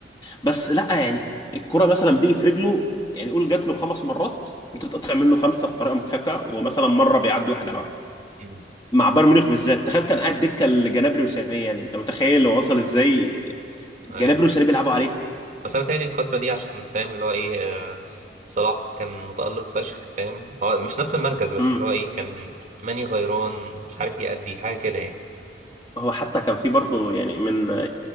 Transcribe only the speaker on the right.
مم.
أيوة.
بس أنا متهيألي الفترة دي عشان فاهم اللي هو إيه آه، صلاح كان متألق فشخ فاهم هو مش نفس المركز بس
اللي هو إيه كان ماني غيران مش عارف يأدي حاجة كده يعني